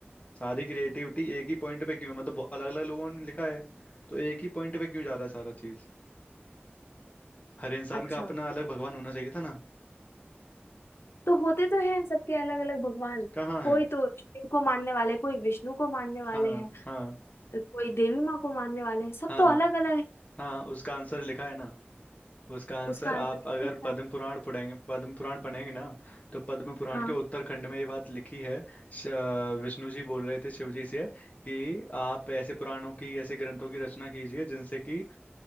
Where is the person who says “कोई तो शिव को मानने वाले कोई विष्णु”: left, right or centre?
Left